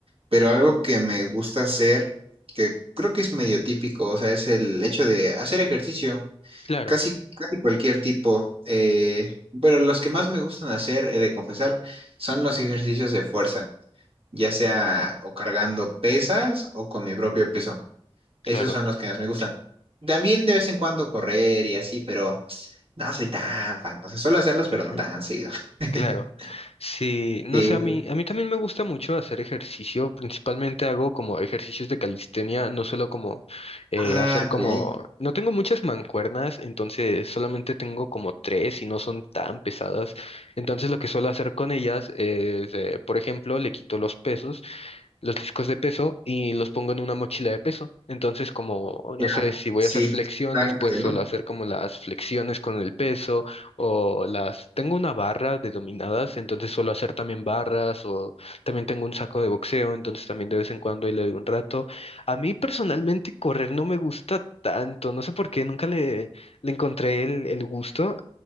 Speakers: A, on the right (about 65°); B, on the left (about 75°).
A: pero algo que me gusta hacer, que creo que es medio típico, o sea, es el hecho de hacer ejercicio.
B: Claro.
A: Casi, casi cualquier tipo. eh, pero los que más me gustan hacer, he de confesar, son los ejercicios de fuerza, ya sea o cargando pesas o con mi propio peso.
B: Claro,
A: Esos son los que más me gustan. También de vez en cuando correr y así, pero no soy tan fan. O sea, suelo hacerlos, pero
B: <laughs>
A: no tan seguido. <laughs>
B: claro. Sí, no
A: Sí.
B: sé, a mí, a mí también me gusta mucho hacer ejercicio. Principalmente hago como ejercicios de calistenia, no solo como eh,
A: Ah,
B: hacer como...
A: ok.
B: No tengo muchas mancuernas, entonces solamente tengo como tres y no son tan pesadas. Entonces lo que suelo hacer con ellas es, eh, por ejemplo, le quito los pesos. los discos de peso y los pongo en una mochila de peso. Entonces, como, no
A: Ya,
B: sé, si voy
A: sí.
B: a hacer flexiones,
A: Claro,
B: pues suelo
A: ¿no?
B: hacer como las flexiones con el peso o las... Tengo una barra de dominadas, entonces suelo hacer también barras o también tengo un saco de boxeo, entonces también de vez en cuando y le doy un rato. A mí personalmente correr no me gusta tanto, no sé por qué, nunca le, le encontré el, el gusto.